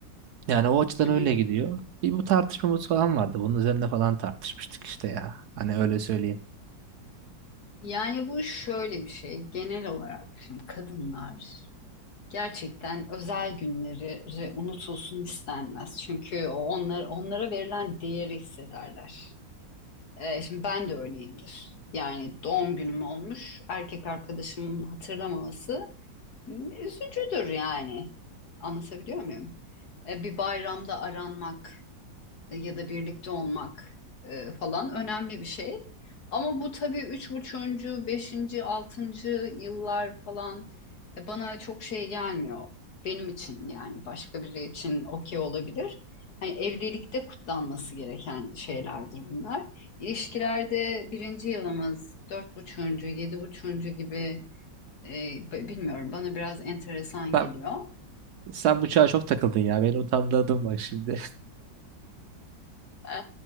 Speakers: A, on the right; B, on the left.
A: Yani o açıdan
B: Hı hı.
A: öyle gidiyor. Bir bu tartışmamız falan vardı. Bunun üzerine falan tartışmıştık işte ya. Hani öyle söyleyeyim.
B: Yani bu şöyle bir şey. Genel olarak şimdi kadınlar gerçekten özel günleri unutulsun istenmez. Çünkü o onlar, onlara verilen değeri hissederler. Ee, şimdi ben de öyleyimdir. Yani doğum günüm olmuş. Erkek arkadaşımın hatırlamaması üzücüdür yani. Anlatabiliyor muyum? E, bir bayramda aranmak e, ya da birlikte olmak e, falan önemli bir şey. Ama bu tabii üç buçuğuncu, beşinci, altıncı yıllar falan e, bana çok şey gelmiyor. Benim için yani başka biri için okey olabilir. Hani evlilikte kutlanması gereken şeylerdir bunlar. İlişkilerde birinci yılımız, dört buçuğuncu, yedi buçuğuncu gibi e, b- bilmiyorum bana biraz enteresan
A: Ben,
B: geliyor.
A: sen bu çağa çok takıldın ya. Beni utandırdın bak şimdi.
B: E,